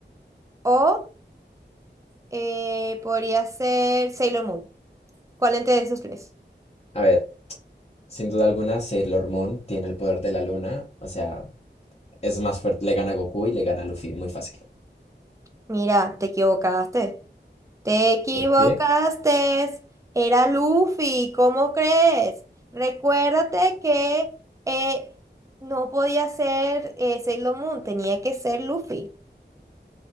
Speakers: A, on the right; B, on the left.
A: O eh, podría ser Sailor Moon. ¿Cuál entre de esos tres?
B: A ver, sin duda alguna, Sailor Moon tiene el poder de la luna. O sea, es más fuerte. Le gana a Goku y le gana a Luffy. Muy fácil.
A: Mira, te equivocaste. Te equivocaste.
B: ¿Por qué?
A: Era Luffy, ¿cómo crees? Recuérdate que eh, no podía ser eh, Sailor Moon, tenía que ser Luffy.